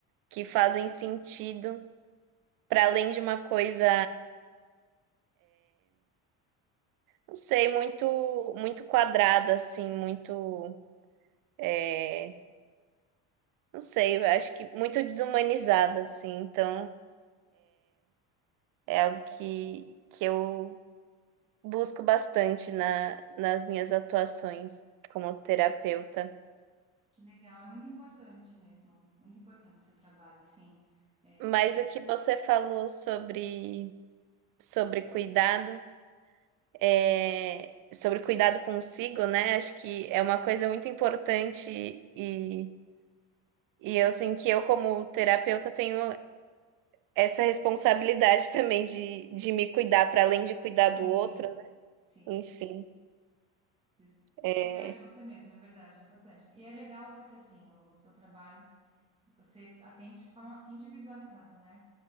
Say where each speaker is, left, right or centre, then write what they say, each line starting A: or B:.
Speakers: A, on the right; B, on the right.
A: que fazem sentido. Para além de uma coisa, não sei, muito muito quadrada, assim, muito, é, não sei, eu acho que muito desumanizada, assim. Então, é algo que, que eu busco bastante na, nas minhas atuações como terapeuta.
B: Ai, que legal, é muito importante mesmo, muito importante o seu trabalho, assim. É,
A: Mas o que você falou sobre, sobre cuidado, é, sobre cuidado consigo, né? Acho que é uma coisa muito importante e, e eu, assim, que eu, como terapeuta, tenho essa responsabilidade <laughs> também de, de me cuidar para além de cuidar
B: sim,
A: do outro.
B: sim.
A: Enfim,
B: Des-
A: é,
B: Cuidar de você mesmo, é verdade, é importante. E é legal porque, assim, no, no seu trabalho, você atende de forma individualizada, né?